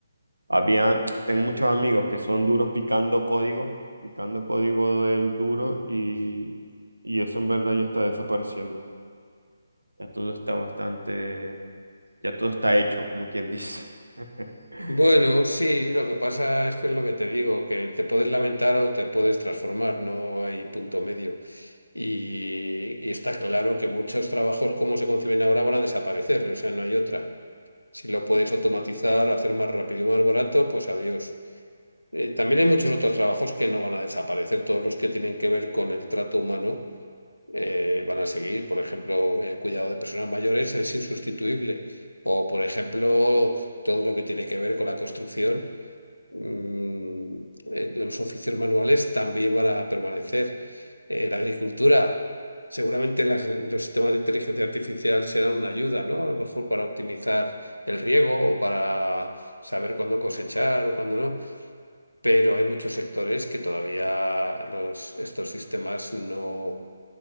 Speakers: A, on the right (about 85°); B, on the left (about 80°).
A: había, tengo muchos amigos que son duros picando código, picando código del duro y, y eso en verdad ya está desapareciendo. Ya todo está bastante, ya todo está hecho, como quien dice. <laughs>
B: Bueno, sí, lo que pasa es que es lo que te digo, que te puedes lamentar o te puedes transformar, no hay punto medio. Y, y está claro que muchos trabajos como se conciben ahora van a desaparecer, o sea, no hay otra. Si lo puedes automatizar, hacer más rápido y más barato, pues adiós. Eh, también hay muchos otros trabajos que no van a desaparecer, todos los que tienen que ver con el trato humano eh, van a seguir. Por ejemplo, el cuidado de personas mayores es insustituible. O, por ejemplo, todo lo que tiene que ver con la construcción mm, eh, los oficios manuales también van a permanecer. Eh, la agricultura, seguramente las- los sistemas de inteligencia artificial serán una ayuda, ¿no? A lo mejor para optimizar el riego o para saber cuándo cosechar o cuándo no, pero hay muchos sectores que todavía los, estos sistemas no,